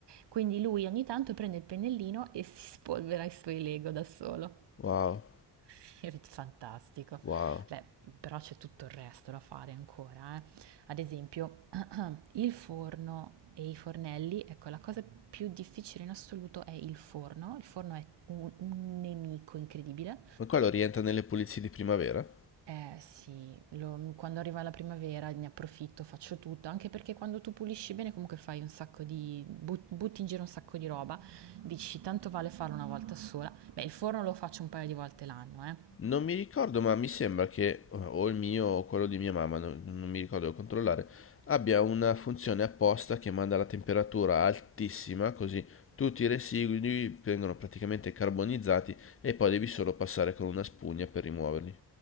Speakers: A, on the right; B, on the left.
A: Quindi lui ogni tanto prende il pennellino e si spolvera i suoi Lego da solo.
B: Wow,
A: <laughs> Fantastico.
B: wow.
A: Beh, però c'è tutto il resto da fare ancora, eh. Ad esempio, <clears throat> <coughs> il forno e i fornelli, ecco, la cosa più difficile in assoluto è il forno. Il forno è un un nemico incredibile
B: Ma quello rientra nelle pulizie di primavera?
A: Eh sì, lo- quando arriva la primavera ne approfitto, faccio tutto, anche perché quando tu pulisci bene comunque fai un sacco di, but- butti in giro un sacco di roba, dici tanto vale farlo una volta sola. Beh, il forno lo faccio un paio di volte l'anno, eh.
B: Non mi ricordo, ma mi sembra che eh, o il mio o quello di mia mamma, non, non mi ricordo, devo controllare, abbia una funzione apposta che manda la temperatura altissima, così tutti i residui vengono praticamente carbonizzati e poi devi solo passare con una spugna per rimuoverli.